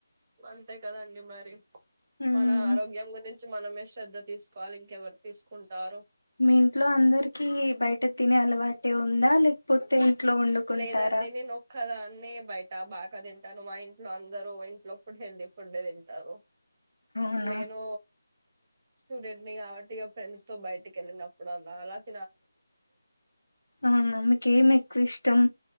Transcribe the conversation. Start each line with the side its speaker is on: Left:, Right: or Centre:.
Right: అంతే కదా అండి. మరి
Left: ఉమ్
Right: మన ఆరోగ్యం గురించి మనమే శ్రధ తీసుకోవాలి ఇంకెవరు తీసుకుంటార
Left: మీ ఇంట్లో అందరికి బయట తినే అలవాటె ఉందా లేకపోతే ఇంట్లో వండుకుంటారా
Right: లేదండి. నేను ఒక్కదా న్నే బయట బాగా తింటాను. మా ఇంట్లో అందరు ఇంట్లో ఫ హెల్దీ ఫుడ్డే తింటారు.
Left: అవునా
Right: నేను స్టూడెంట్ నీ కాబట్టి ఇగ ఫ్రెండ్స్తో బయటకి వెళ్ళిన <unintelligible>
Left: ఆవున మికు ఏం ఎక్కువ ఇష్ ష్టం